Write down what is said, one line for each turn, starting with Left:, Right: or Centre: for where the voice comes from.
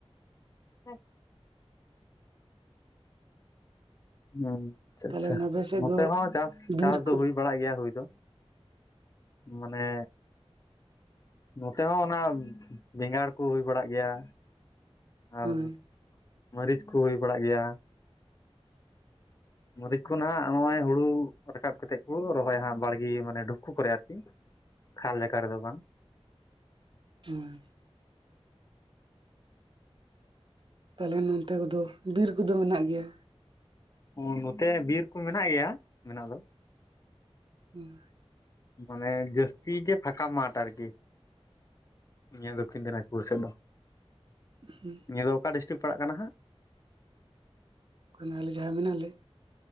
Left: ᱦᱮᱸ ᱦᱩᱸ ᱟᱪᱪᱷᱟ
Right: ᱛᱟᱦᱞᱮ
Left: ᱟᱪᱪᱷᱟ
Right: ᱱᱟᱵᱮ ᱥᱮᱫ
Left: ᱱᱚᱛᱮ
Right: ᱫᱚ
Left: ᱦᱚᱸ ᱪᱟᱥ
Right: ᱵᱤᱨ
Left: ᱪᱟᱥ ᱫᱚ
Right: ᱠᱚ
Left: ᱦᱩᱭ ᱵᱟᱲᱟᱜ ᱜᱮᱭᱟ ᱦᱩᱭ ᱫᱚᱼᱼ ᱢᱟᱱᱮ ᱱᱚᱛᱮ ᱦᱚᱸ ᱚᱱᱟ ᱵᱮᱸᱜᱟᱲ ᱠᱚ ᱦᱩᱭ ᱵᱟᱲᱟᱜ ᱜᱮᱭᱟ ᱟᱨ
Right: ᱦᱩᱸ
Left: ᱢᱟᱹᱨᱤᱪ ᱠᱚ ᱦᱩᱭ ᱵᱟᱲᱟᱜ ᱜᱮᱭᱟ
Right: <inaudible>
Left: ᱢᱟᱹᱨᱤᱪ ᱠᱚ ᱱᱷᱟᱸᱜ ᱱᱚᱜᱼᱚᱭ ᱦᱩᱲᱩ ᱨᱟᱠᱟᱵ ᱠᱟᱛᱮᱫ ᱠᱚ ᱨᱚᱦᱚᱭᱟ ᱦᱟᱸᱜ ᱵᱟᱲᱜᱮ ᱢᱟᱱᱮ ᱰᱩᱷᱩ ᱠᱚᱨᱮ ᱟᱨᱠᱤ ᱠᱷᱟᱞ ᱞᱮᱠᱟᱨ ᱨᱮᱫᱚ ᱵᱟᱝ
Right: ᱦᱩᱸ ᱛᱟᱦᱞᱮ ᱱᱚᱱᱛᱮ ᱠᱚ ᱫᱚ ᱵᱤᱨ ᱠᱚᱫᱚ ᱢᱮᱱᱟᱜ ᱜᱮᱭᱟ
Left: ᱚ ᱱᱚᱛᱮ ᱵᱤᱨ ᱠᱚ ᱢᱮᱱᱟᱜ ᱜᱮᱭᱟ ᱢᱮᱱᱟᱜ ᱫᱚ
Right: ᱦᱩᱸ
Left: ᱢᱟᱱᱮ ᱡᱟᱹᱥᱛᱤ ᱜᱮ ᱯᱷᱟᱸᱠᱟ ᱢᱟᱴᱷ ᱟᱨᱠᱤ ᱱᱤᱭᱟᱹ ᱫᱚᱠᱷᱤᱱ ᱫᱤᱱᱟᱡᱽᱼᱼ <unintelligible>
Right: ᱦᱩᱸ
Left: ᱱᱤᱭᱟᱹ ᱫᱚ ᱚᱠᱟ ᱰᱤᱥᱴᱨᱤᱠ ᱯᱟᱲᱟᱜ ᱠᱟᱱᱟ ᱦᱟᱸᱜ?
Right: ᱚᱱᱟ ᱟᱞᱮ ᱡᱟᱦᱟᱸ ᱢᱮᱱᱟᱜ ᱞᱮ?